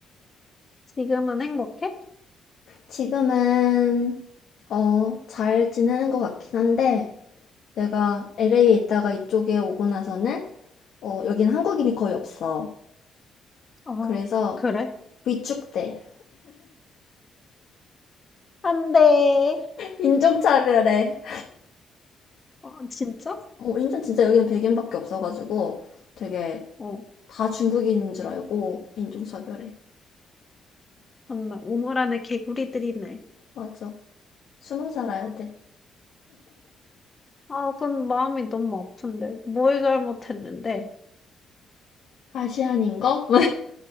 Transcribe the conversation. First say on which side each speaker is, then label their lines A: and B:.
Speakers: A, on the left (about 30°); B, on the left (about 70°).
A: 지금은 행복해?
B: 지금은, 어, 잘 지내는 것 같긴 한데, 내가 LA에 있다가 이쪽에 오고 나서는, 어, 여긴 한국인이 거의 없어.
A: 어,
B: 그래서
A: 그래?
B: 위축돼.
A: 안 돼.
B: <laughs> 인종차별해.
A: 어, 진짜?
B: 어, 인천 진짜 여기는 백인밖에 없어가지고 되게
A: 어,
B: 다 중국인인 줄 알고 인종차별해.
A: 정말 우물 안에 개구리들이네.
B: 맞아. 숨어 살아야 돼.
A: 아, 그건 마음이 너무 아픈데. 뭘 잘못했는데.
B: 아시안인 거?